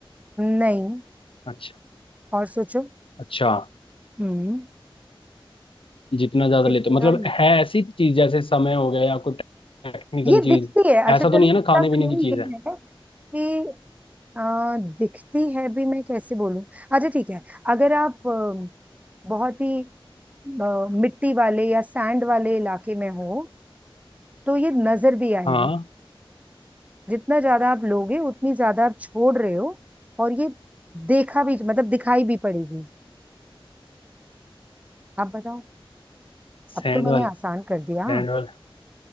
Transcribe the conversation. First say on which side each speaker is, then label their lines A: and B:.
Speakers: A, on the right (about 15°); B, on the left (about 70°).
A: नहीं
B: हैं अच्छा
A: और सोचो
B: अच्छा
A: हम्म
B: जितना ज्यादा
A: जितना
B: लेते हो मतलब है ऐसी चीज जैसे समय हो गया या कोई टेक्निकल
A: ये
B: चीज
A: दिखती है
B: ऐसा
A: अच्छा चलो
B: तो नहीं है ना
A: इसका
B: खाने पीने
A: क्लू
B: की चीज
A: ये
B: है
A: है कि आ, दिखती है भी मैं कैसे बोलूं अच्छा ठीक है अगर आप अ, बहुत ही अ, मिट्टी वाले या सैंड वाले इलाके में हो तो ये नजर भी आएगी
B: हाँ
A: जितना ज्यादा आप लोगे उतनी ज्यादा आप छोड़ रहे हो और ये देखा भी मतलब दिखाई भी पड़ेगी आप बताओ
B: सैंड
A: अब तो मैंने
B: वाले
A: आसान कर दिया हाँ।
B: सैंड वाले